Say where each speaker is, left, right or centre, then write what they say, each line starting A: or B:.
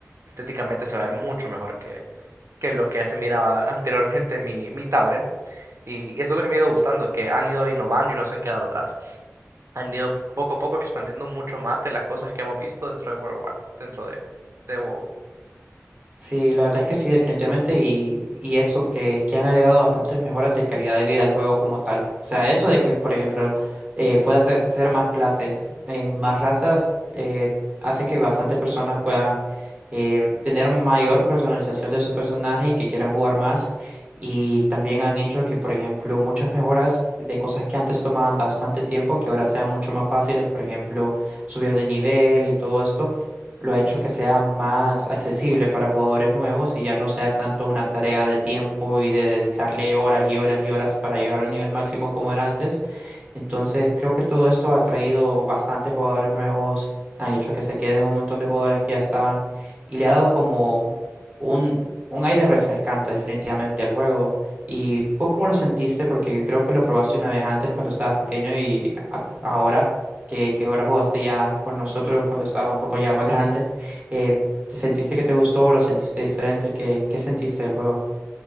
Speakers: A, on the right; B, on the right.
A: estéticamente se va a ver mucho mejor que es lo que ya se miraba anteriormente mi, mi Tauren. Y, y eso es lo que me ha ido gustando, que han ido innovando y no se han quedado atrás. Han ido poco a poco expandiendo mucho más de las cosas que hemos visto dentro de World War, dentro de, de WoW.
B: Sí, la verdad es que sí, definitivamente, y, y eso que, que han agregado bastantes mejoras de calidad de vida al juego como tal. O sea, eso de que, por ejemplo, eh, puedas hacer, hacer más clases en más razas, eh, hace que bastantes personas puedan em, tener mayor personalización de su personaje y que quieran jugar más. Y también han hecho que, por ejemplo, muchas mejoras de cosas que antes tomaban bastante tiempo, que ahora sean mucho más fáciles, por ejemplo, subir de nivel y todo esto lo ha hecho que sea más accesible para jugadores nuevos y ya no sea tanto una tarea de tiempo y de dedicarle horas y horas y horas para llegar al nivel máximo como era antes, entonces, creo que todo esto ha traído bastantes jugadores nuevos, han hecho que se queden un montón de jugadores que ya estaban y le ha dado como un, un aire refrescante definitivamente al juego. ¿Y vos cómo lo sentiste? Porque yo creo que lo probaste una vez antes cuando estabas pequeño y a- ahora que, que ahora jugaste ya con nosotros cuando estabas un poco ya más <laughs> grande, eh, ¿te sentiste que te gustó? ¿Lo sentiste diferente? ¿Qué, qué sentiste del juego?